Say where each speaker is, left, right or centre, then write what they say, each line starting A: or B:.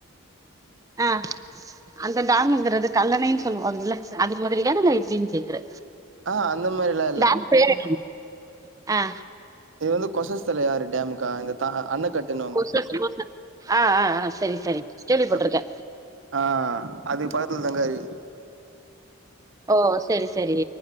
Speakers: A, on the right; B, on the right.
A: ஆ அந்த டேம்ங்கிறது கல்லணைன் சொல்லுவோம்ல்ல அது மாதிரிதான இல்ல எப்டின் கேக்குற
B: ஆ ஹ அந்த மாரில
A: டேம் பேரென்ன அ
B: இது வந்து கொசஸ்தலயாரு டேமுகா இந்த த அண்ண கட்டுன்வாங்க
A: பெஸ்ட்டு கோசா ஆ ஆ ஆ சரி சரி கேள்வி
B: அ
A: பட்ருக்கே
B: ஆ அது பக்கத்துல் தாங்கா இ
A: ஓ செரி செரி